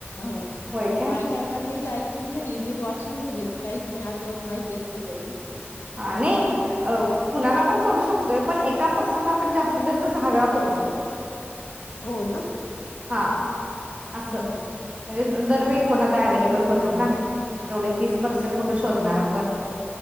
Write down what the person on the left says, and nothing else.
हा
बायकांना नीट ऐक कोण नाही नीट वाचून नाही घेत काहीच नाही अर्धवट माहिती असते सगळी
हो ना
हम्म
हम्
हा
हो